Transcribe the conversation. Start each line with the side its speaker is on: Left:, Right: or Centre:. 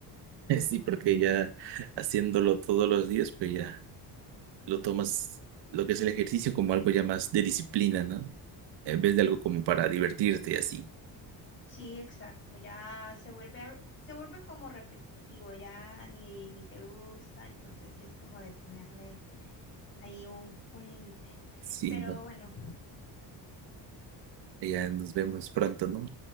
Right: <laughs> Sí, porque ya haciéndolo todos los días, pues ya. lo tomas lo que es el ejercicio como algo ya más de disciplina, ¿no? En vez de algo como para divertirte y así.
Left: Sí, exacto, ya se vuelve, a- se vuelve como repetitivo, ya ni, ni te gusta, entonces sí es como de ponerle ahí un, un límite.
Right: Sí,
Left: Pero
Right: ¿no?
Left: bueno,
Right: Ya nos vemos pronto, ¿no?